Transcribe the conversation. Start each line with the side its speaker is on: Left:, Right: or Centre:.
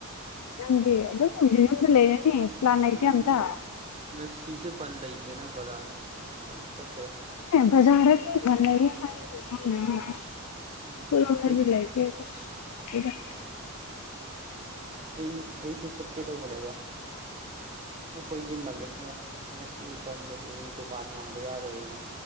Left: ꯅꯪꯗꯤ ꯑꯗꯨꯝ ꯍꯧꯖꯤꯛ ꯌꯨꯝꯗ ꯂꯩꯔꯅꯤ ꯄ꯭ꯂꯥꯟ ꯂꯩꯇꯦ
Right: ꯎꯝ
Left: ꯑꯝꯇ
Right: ꯉꯁꯤꯁꯦ ꯕꯟ ꯂꯩꯕꯅꯤꯅ ꯕꯖꯥꯔꯗ ꯑꯗꯨꯝ ꯆꯠꯇꯔꯦ
Left: ꯕꯖꯥꯔꯗ ꯕꯟ ꯂꯩꯌꯦ <unintelligible>
Right: ꯎꯝ
Left: ꯑꯩꯈꯣꯢꯔꯣꯝꯗꯗꯤ
Right: ꯑꯩꯁꯨ
Left: ꯂꯩꯇꯦ ꯑꯁ <unintelligible>
Right: ꯑꯩ ꯑꯩꯁꯨ ꯆꯠꯀꯦ ꯇꯧꯕꯅꯦꯕ ꯑꯩꯈꯣꯏꯒꯤ ꯒꯤ ꯃꯂꯤꯛꯅ ꯉꯁꯤ ꯕꯟ ꯂꯩ ꯗꯨꯀꯥꯟ ꯍꯥꯡꯕ ꯌꯥꯔꯣꯏꯌꯦꯅ